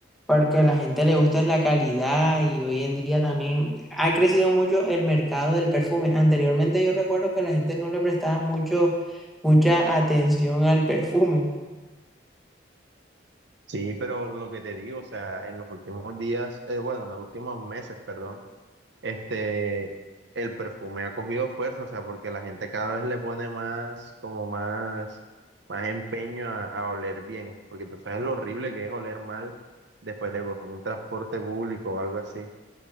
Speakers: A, in the centre; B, on the right.
A: porque a la gente le gusta es la calidad y hoy en día también ha crecido mucho el mercado del perfume. Anteriormente yo recuerdo que la gente no le prestaba mucho, mucha atención al perfume.
B: Sí, pero lo que te digo, o sea, en los últimos días, eh, bueno, en los últimos meses, perdón, este, el perfume ha cogido fuerza, o sea, porque la gente cada vez le pone más, como más, más empeño a, a oler bien, porque tú sabes lo horrible que es oler mal después de pues, un transporte público o algo así.